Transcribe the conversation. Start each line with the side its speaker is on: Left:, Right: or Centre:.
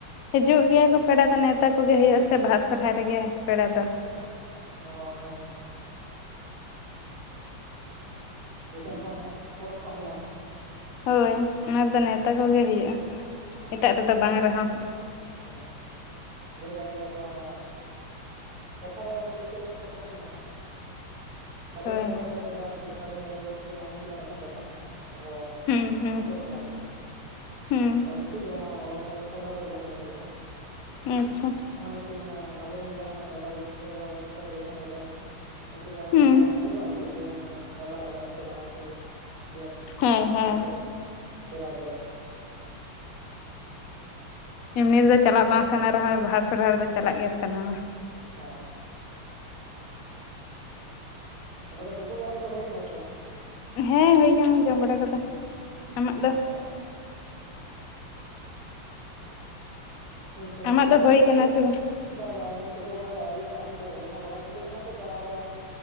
Left: ᱦᱤᱡᱩᱜ ᱜᱮᱭᱟ ᱠᱚ ᱯᱮᱲᱟ ᱫᱚ ᱱᱮᱣᱛᱟ ᱠᱚᱜᱮ ᱦᱩᱭᱩᱜᱟ ᱥᱮ ᱵᱟᱦᱟ ᱥᱚᱦᱨᱟᱭ ᱨᱮᱜᱮ ᱯᱮᱲᱟ ᱫᱚ᱾
Right: <unintelligible> ᱡᱮᱦᱩᱛᱩ ᱟᱵᱚᱣᱟᱜ ᱱᱤᱭᱟᱹ ᱯᱚᱨᱚᱵ ᱠᱟᱱ ᱛᱟᱵᱚᱱᱟ
Left: ᱦᱳᱭ ᱚᱱᱟ ᱨᱮᱫᱚ ᱱᱮᱣᱛᱟ ᱠᱚᱜᱮ ᱦᱩᱭᱩᱜᱼᱟ
Right: ᱦᱮᱸ
Left: ᱮᱴᱟᱜ ᱨᱮᱫᱚ ᱵᱟᱝ ᱨᱮᱦᱚᱸ
Right: ᱦᱮᱸ ᱞᱟᱹᱭ ᱠᱟᱜ ᱜᱮᱭᱟ ᱠᱚ ᱚᱱᱟ ᱠᱟᱛᱷᱟ ᱨᱮ ᱢᱤᱫᱴᱮᱱ ᱪᱮᱫ ᱞᱮᱠᱟ ᱠᱟᱛᱷᱟ ᱪᱚ ᱢᱮᱱᱟᱜᱼᱟ, ᱥᱟᱹᱨᱤ
Left: ᱦᱳᱭ
Right: ᱥᱚᱨᱦᱟᱭ ᱨᱮ ᱫᱟᱫᱟ ᱪᱮᱫ ᱥᱟᱹᱲᱤᱧ ᱵᱟᱸᱫᱮᱭᱟ ᱥᱮᱪᱮᱫ ᱱᱚᱜᱼᱚ ᱱᱤᱝᱠᱟᱱᱟᱜ ᱢᱤᱫᱴᱟᱝ ᱠᱟᱛᱷᱟ ᱢᱮᱱᱟᱜᱼᱟ ᱟᱵᱚ
Left: ᱦᱩᱸ ᱦᱩᱸ
Right: ᱥᱟᱱᱛᱟᱲ ᱥᱚᱢᱟᱡᱽ ᱨᱮ
Left: ᱦᱩᱸ
Right: ᱵᱟ ᱯᱩᱛᱷᱤ ᱠᱚᱨᱮ ᱦᱚᱸ ᱚᱞ ᱯᱟᱲᱦᱟᱣ ᱠᱟᱛᱮᱫ ᱵᱚᱱ ᱧᱮᱞ ᱟᱠᱟᱫᱟ
Left: ᱟᱪᱪᱷᱟ
Right: ᱚᱱᱟ ᱠᱷᱟᱹᱛᱤᱨ ᱢᱟᱱᱮ ᱟᱵᱚᱨᱮᱱ ᱡᱟᱦᱟᱸ ᱫᱟᱫᱟ ᱫᱤᱫᱤ ᱛᱟᱠᱚ ᱵᱟ ᱢᱤᱥᱨᱟ ᱛᱟᱠᱚ ᱡᱟᱦᱟᱸᱭ ᱠᱚ ᱛᱟᱦᱮᱱᱟ ᱩᱱᱠᱩ ᱡᱟᱶᱟᱭ
Left: ᱦᱩᱸ
Right: ᱞᱮᱱᱠᱷᱟᱱ ᱟᱹᱰᱤ ᱠᱚ ᱟᱥᱚᱜ ᱜᱮᱭᱟ ᱢᱟᱱᱮ ᱫᱟᱫᱟ ᱚᱲᱟᱜ ᱤᱧ ᱪᱟᱞᱟᱜᱼᱟ ᱥᱮ ᱪᱮᱫ
Left: ᱦᱮᱸ ᱦᱮᱸ
Right: ᱱᱚᱝᱠᱟᱱ ᱥᱚᱦᱨᱟᱭ ᱠᱚᱨᱮᱫ
Left: ᱮᱢᱱᱤ ᱨᱮᱫᱚ ᱪᱟᱞᱟᱜ ᱵᱟᱝ ᱥᱟᱱᱟ ᱨᱮᱦᱚᱸ ᱵᱟᱦᱟ ᱥᱚᱦᱚᱨᱟᱭ ᱨᱮᱫᱚ ᱪᱟᱞᱟᱜ ᱜᱮ ᱥᱟᱱᱟᱣᱟ᱾
Right: ᱦᱮᱸ ᱟᱫᱚ ᱞᱮ ᱛᱩᱯᱩ ᱵᱟᱲᱟ ᱠᱚᱫᱚ ᱦᱳᱭ ᱠᱟᱱᱟ ᱥᱮ ᱵᱟᱝ?
Left: ᱦᱮᱸ ᱦᱩᱭ ᱠᱟᱱᱟ ᱡᱚᱢ ᱵᱟᱲᱟ ᱠᱚᱫᱚ᱾ ᱟᱢᱟᱜ ᱫᱚ
Right: ᱚ ᱦᱩᱸ
Left: ᱟᱢᱟᱜ
Right: ᱤᱧᱟ
Left: ᱦᱩᱭ
Right: ᱫᱚ ᱛᱩᱯᱩ
Left: ᱠᱟᱱᱟ ᱥᱮ ᱵᱟᱝ
Right: ᱵᱟ ᱵᱟᱝ ᱤᱧᱟᱹᱜ ᱛᱩᱯᱩ ᱵᱟᱲᱟ ᱫᱚ ᱟᱹᱣᱨᱤᱼᱟ ᱛᱚ ᱫᱚᱢᱮ ᱜᱚᱨᱚᱢ ᱵᱩᱡᱷᱟᱹᱜ ᱠᱟᱱᱟ ᱛᱚ ᱛᱟᱦᱚᱞᱮ ᱟᱫᱚ